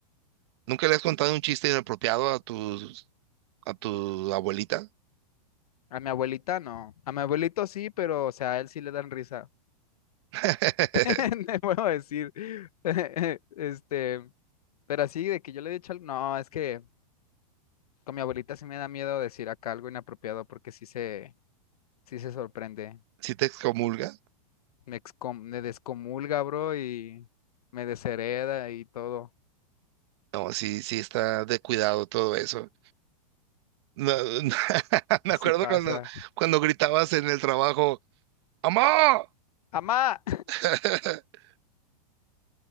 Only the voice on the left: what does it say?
A mi abuelita no. A mi abuelito sí, pero, o sea, a él sí le dan risa.
<laughs> No puedo decir. <laughs> Este, pero así de que yo le he dicho algo. No, es que con mi abuelita sí me da miedo decir acá algo inapropiado porque sí se, sí se sorprende.
Me, excom- me descomulga, bro, y me deshereda y todo.
Así
pasa.
¡Amá!